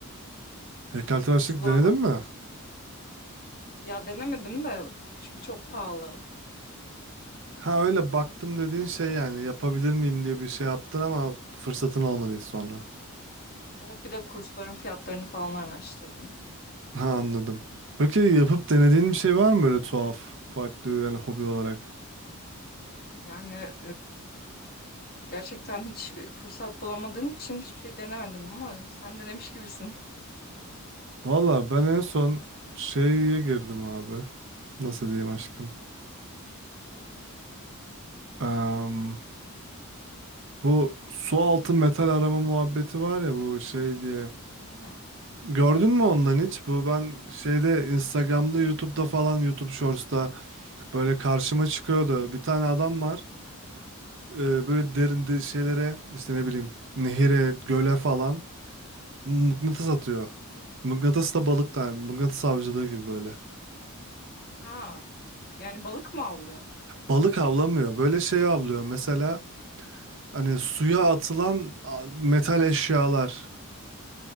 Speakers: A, on the right; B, on the left.
A: Heykeltıraşlık
B: Okçuluğa
A: denedin
B: baktım
A: mi?
B: işte. Ya denemedim de çünkü çok pahalı.
A: Ha öyle baktım dediğin şey yani yapabilir miyim diye bir şey yaptın ama fırsatın olmadı hiç sonra.
B: Evet bir de kursların fiyatlarını falan araştırdım.
A: Ha anladım. Peki yapıp denediğin bir şey var mı böyle tuhaf, farklı yani hobi olarak?
B: Yani Gerçekten hiç e, fırsat bulamadığım için hiçbir şey denemedim ama sen denemiş gibisin.
A: Valla ben en son şeye girdim abi. Nasıl diyeyim aşkım? Em, bu su altı metal arama muhabbeti var ya bu şey diye.
B: Hı hı.
A: Gördün mü ondan hiç? Bu ben şeyde Instagram'da, YouTube'da falan YouTube Shorts'ta böyle karşıma çıkıyordu. Bir tane adam var. e, böyle derin de- şeylere işte ne bileyim nehire, göle falan mıknatıs atıyor. Mıknatıs da balık da mıknatıs avcılığı gibi böyle.
B: Ha, yani balık mı avlıyor?
A: Balık avlamıyor. Böyle şey avlıyor. Mesela Hani suya atılan a- metal eşyalar.